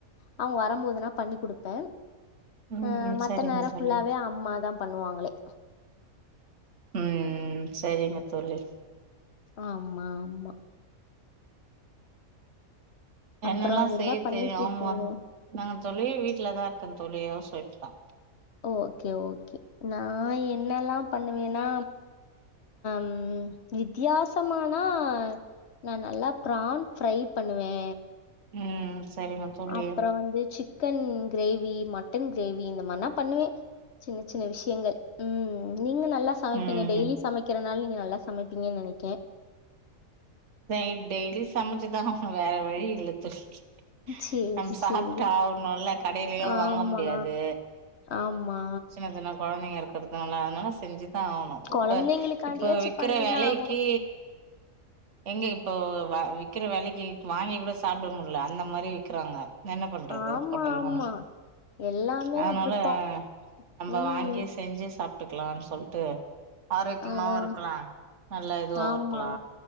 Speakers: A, on the left; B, on the right.
A: அவுங்க வரம்போதுனா பண்ணி குடுப்பே
B: ம்
A: ஆ
B: ம்
A: மத்த
B: சரிங்க
A: நேரோ
B: தோழி
A: ஃபுல்லாவே அம்மாதா பண்ணுவாங்க மளே
B: உம் உம் சரிங்க தோழி
A: ஆமா ஆமா அப்றோ
B: என்னல்லா
A: என்ன
B: செய்ய
A: பண்ணிட்ருக்கீங்க
B: தெரியு அவுங்க நாங்க தோழி வீட்லதா இருக்கே தோழி யோச சரிப்பா
A: ஓகே ஓகே நா என்னல்லா பண்ணுவேனா ம் வித்தியாசமானா நா நல்லா பிரான் ஃப்ரை பண்ணுவே
B: ம் சரிங்க தோழி
A: அப்ற வந்து சி சிக்கன் கிரேவி மட்டன் கிரேவி இந்த மாதிர நா பண்ணுவே சின்ன சின்ன விஷயங்கள் உம் நீங்க நல்லா சமைப்பீங்க
B: ம்
A: டெய்லி சமைக்கிறனால நீங்க நல்லா சமைப்பீங்கன் நெனக் கே
B: நைட் டெய்லி சமச்சுதாங்க ஆகனு வேற வழி இல்ல தோழி.
A: சேரி
B: நம் சாப்டா
A: சேரி
B: ஒரு நல்ல கடயிலையு
A: ஆமா
B: வாங்க முடியாது.
A: ஆமா
B: சின்ன சின்ன கொழந்தைங்க இருக்கு இர்காங்களா அதனால செஞ்சு தா ஆவனு
A: கொழந்தைங்களுக்காண்டியாச்சு
B: இப்ப இப்ப விக்கிற
A: பண்ணிதா
B: வெலைக்கி
A: ஆகணு
B: எங்க இப்போ வி்க்கிற வெலைக்கு வாங்கி கூட சாப்பிட முடில அந்த மாரி விக்கிறாங்க என்ன பண்றது
A: ஆமா
B: ஹோட்டல்கள்லா
A: ஆமா எல்லாமே
B: அதனால
A: அப்டித்தா
B: நம்ம
A: ம்
B: வாங்கி செஞ்சு சாப்பிட்டுக்கலாம்னு சொல்ட்டு ஆரோக்கியமாவு
A: அதா
B: இருக்கலா நல்லா இதுவாவு
A: ஆமா
B: இருக்கலா